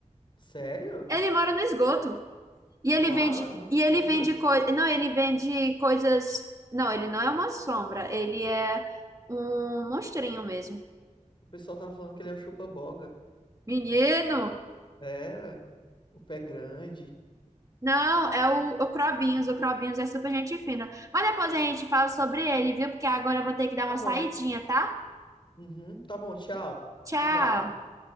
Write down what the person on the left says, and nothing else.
Sério?
Vala,
uma sombra?
O pessoal tava falando que ele é o chupa-boga.
Era, o pé grande.
Tá
bom.
Uhum, tá bom, tchau.
Cuidado, viu?